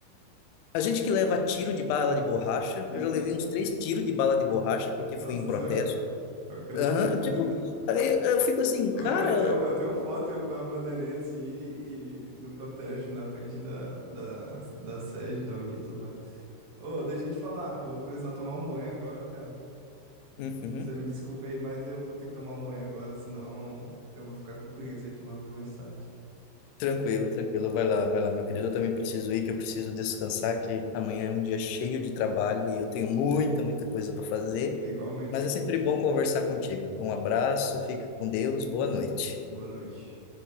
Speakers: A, on the left; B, on the right.
A: A gente que leva tiro de bala de borracha,
B: Isso.
A: eu já levei uns três tiros de bala de borracha porque
B: Nossa
A: fui em protesto.
B: senhora. Eu acredito.
A: Aham, tipo,
B: <laughs>
A: aí eu, eu fico assim, cara.
B: Ô, cara, eu tenho, eu tenho foto eu com a bandeirinha assim e, no protesto na frente da, da, da sede, da Uni e tudo mais. Ô, deixa eu te falar, eu vou precisar tomar um banho agora, ó, cara.
A: Uhum,
B: Você me desculpa aí, mas eu vou ter que tomar um banho agora, senão eu vou ficar com preguiça de tomar banho mais tarde.
A: tranquilo, tranquilo. Vai lá, vai lá, meu querido. Eu também preciso ir, que eu preciso descansar, que amanhã é um dia cheio de trabalho e eu tenho muita, muita coisa para fazer.
B: Igualmente.
A: Mas é sempre bom conversar contigo. Um abraço, fica com Deus, boa noite.
B: Boa noite.